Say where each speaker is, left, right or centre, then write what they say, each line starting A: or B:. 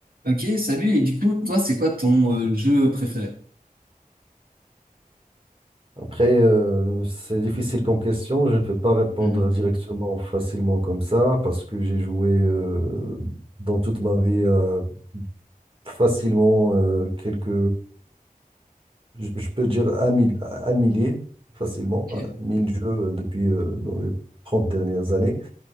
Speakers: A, on the right (about 80°); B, on the right (about 40°).
A: Ok, salut. Et du coup, toi, c'est quoi ton euh, jeu préféré?
B: Après, euh, c'est difficile comme question. Je ne peux pas répondre
A: Mhm.
B: directement, facilement comme ça, parce que j'ai joué euh, dans toute ma vie euh, facilement euh, quelques, je je peux dire un, mil- un millier, facilement,
A: Ok,
B: euh, mille jeux euh, depuis euh, dans les 30 dernières années.